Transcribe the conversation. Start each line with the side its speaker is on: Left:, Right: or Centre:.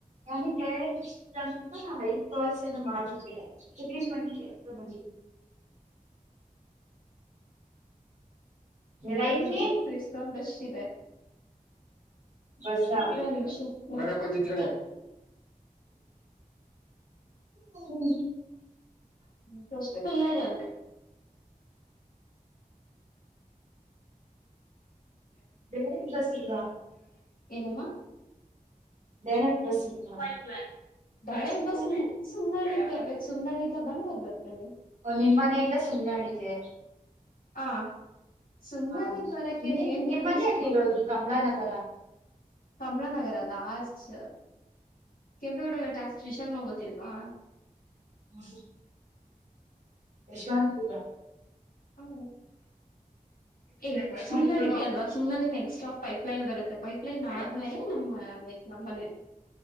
Right: ನನಗೆ ಹೈ ಕಸ್ ನ್ನು ಮಾಡ ಟ್ವೆಂಟಿ ಎ್ರಂದ
Left: ಹೆಂಗರುಪ
Right: ರೈಲ್ವೆ
Left: ಇಷ್ಟೊಂಂತಷ್ಟ
Right: ಬಸ್ಸಾ
Left: ಜಿತ್ ಕಡೆ
Right: ಹ್ಮ್
Left: ಹ್ಮ ಕಲ್ಲ ಜಂದ
Right: ಬೇ ದಸಗ
Left: ಏನಮ್ಮ
Right: ಡೈರೆಕ್ಟ್ ಬಸ್ ಇಲ್ಲ
Left: ಪೈಕ್ ಲ ಳಗ್ ಬ ಸುಮ್ನಾಳ ಬರ್ಬೇಕು ಸುಮ್ನಾಳಿಂದ ಬಂದಾಗ್ ಬರ್ತೇನೆ
Right: ನಿಮ್ ಮನೆಯಿಂದ ಸುಮ್ಮ್ನೆಡಿದೆ
Left: ಹ ಸುಂದಣಗ್
Right: ಹಾ
Left: ಬರಕ್ಕೆ
Right: ನೀ
Left: ಏನ್
Right: ನಿಮ್ಮ್
Left: ಟೂಸ್
Right: ಮನೆಯಲ್ಲಿರೋದು ಕಮಲ ನ ಹ
Left: ಕಮಲ ನಗರಲ್ಲ ಆಜ ಕೆಂಪೆ ಒಡಗ ಟಾಸ್ ಟೂಷನ್ ಮಗತಿಲ್ವಾ
Right: ಹ್ಮ ಯಶವಂತ್ ಪೂಜ
Left: ಹ್ಮ ಏ
Right: ಯಶವಂತಪುರ್
Left: ಸು <unintelligible>
Right: ಗೊತ್ತು
Left: ಅಲ್ವಾ <unintelligible> ನೆಕ್ಸ್ಟ್ ಸ್ಟಾಪ್ ಪೈಪ್ಲೈನ್ ಬರುತ್ತೆ ಪೈಪ್ಲೈನ್ ಆದ್ಮೇಲೆ ನಮ್ಮ ಲೈಕ್ ನಮ್ಮಲೇ